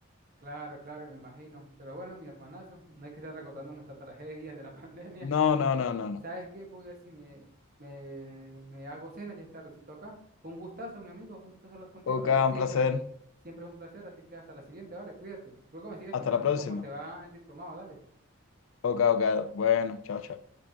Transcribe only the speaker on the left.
No, no, no, no, no.
Ok,
un placer.
Hasta
la próxima.
Ok, ok. Bueno, chao, chao.